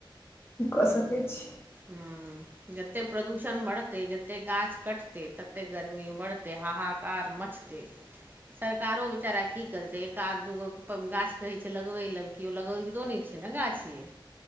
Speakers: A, on the left; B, on the right.
A: की कऽ सकैत छी
B: हूँ जतेक प्रदूषण बढ़तै जतेक गाछ कटतै ततेक गर्मी बढ़तै हाहाकार मचतै सरकारो बेचारा की करतै एक आध दूगो गाछ कहैत छै लगबै लेल केओ लगबितो नहि छै न गाछ यै